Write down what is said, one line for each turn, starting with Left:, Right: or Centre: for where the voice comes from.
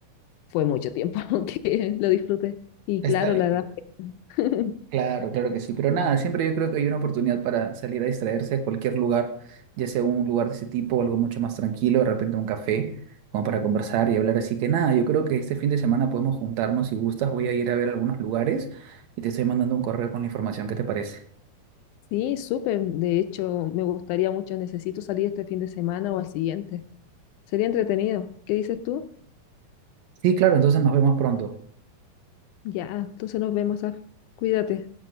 Left: fue mucho tiempo <laughs> que lo disfruté. Y
Right: Está
Left: claro,
Right: bien,
Left: la edad. <laughs>
Right: claro, claro que sí, pero nada, siempre yo creo que hay una oportunidad para salir a distraerse a cualquier lugar, ya sea un lugar de ese tipo o algo mucho más tranquilo, de repente un café, como para conversar y hablar. Así que nada, yo creo que este fin de semana podemos juntarnos si gustas, voy a ir a ver algunos lugares y te estoy mandando un correo con la información, ¿qué te parece?
Left: Sí, súper. De hecho, me gustaría mucho, necesito salir este fin de semana o al siguiente. Sería entretenido. ¿Qué dices tú?
Right: Sí, claro, entonces nos vemos pronto.
Left: Ya, entonces nos vemos, Af. Cuídate.